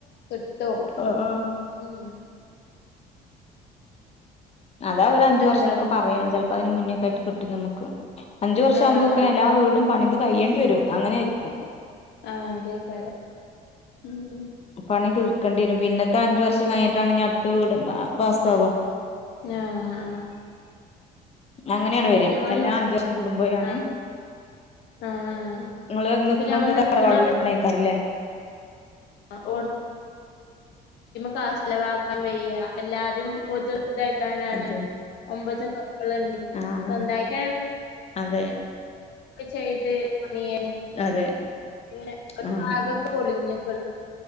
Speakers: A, on the left (about 80°); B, on the left (about 35°).
A: കിട്ടും
B: ആഹ് ആഹ്
A: ഉം
B: അതാ അവര് അഞ്ച്
A: എന്താ
B: വർഷം ന്നൊക്കെ പറയാണ് ചെൽപ്പോ അയിന് മുന്നേക്കായിട്ട് കിട്ടും നമ്മക്ക് അഞ്ചു വർഷ
A: ആഹ്
B: ആകുമ്പോക്ക്ന്
A: ആഹ്
B: എല്ലാ വീടും പണിത് കയ്യേണ്ടി വരും അങ്ങനെരിക്കും
A: ആഹ് അതേക്കാരം ഉം ഉം
B: പണി തീർക്കേണ്ടി വരും പിന്നത്തെ അഞ്ച് വർഷം കഴിഞ്ഞിട്ടാണ് അടുത്ത വീട് പാസ്സാവാ
A: ആഹ് ആഹ്
B: അങ്ങനെയാണ് വരാ
A: ഞങ്ങൾ
B: എല്ലാം
A: നിക്ക്
B: അഞ്ചു വർഷം കൂടുംബോയാണ്
A: ആഹ് ആഹ് ആഹ്
B: നിങ്ങള്
A: ഇപ്പൊ
B: നിക്കണെ
A: ഞങ്ങൾ
B: എന്താ
A: നിക്ക്ണ
B: തറവാട് വീട്ടിൽയേക്കാരല്ലേ
A: <unintelligible> ക്യാഷെലവാക്കാൻ വയ്യ എല്ലാരും പൊ ഇതായിക്കാണ്ടാണ്
B: അതെ
A: ഒമ്പത് മക്കൾണ്ട്
B: ആഹ്
A: സ്വന്തായിട്ട
B: അതെ
A: ചെയ്ത് പണിയന്
B: അതെ
A: പിന്നെ
B: ആഹ്
A: അക്കൊക്കെ പൊളിഞ്ഞ്ക്ക്